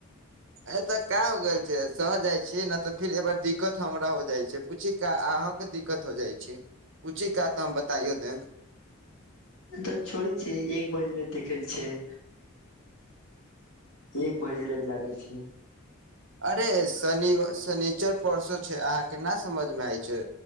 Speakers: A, on the right; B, on the left.
A: ए तऽ <inaudible> सह जाइ छी नइ तऽ फिर एबइ दिक्कत हमरा हो जाइ छैइ पूछि का अहाँकेँ दिक्कत हो जाइ छैइ पूछि का तऽ हम बताइयो देम
B: तऽ छोड़ी छैइ एक बजेला देखल छैइ एक बजे ले जागल छै
A: अरे स शनि शनी चर परसो छै अहाँ के ना समझ मे आय छै